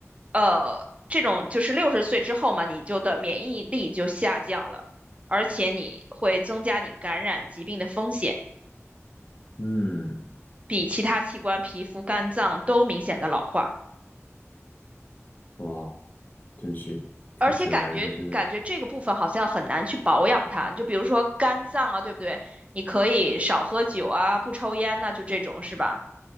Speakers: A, on the right; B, on the left.
A: 呃，这种就是六十岁之后嘛，你就的免疫力就下降了，而且你会增加你感染疾病的风险。
B: 嗯，
A: 比其他器官、皮肤、肝脏都明显的老化，
B: 哇，真是听起来还真的是，
A: 而且感觉感觉这个部分好像很难去保养它。你就比如说肝脏啊，对不对？你可以少喝酒啊，不抽烟呐、就这种是吧？